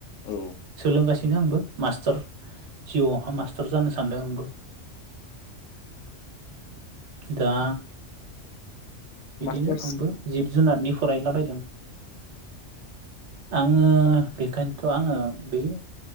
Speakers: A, on the left; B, on the right.
A: औ
B: सोलोंगासिनो आंबो मास्टार जिउआवहाय मास्टार जानो सानदों आंबो दा बिदिनो
A: मासट -
B: आंबो जिब जुनारनि फरायलाबायदों आङो बेखायनोथ' आङो बे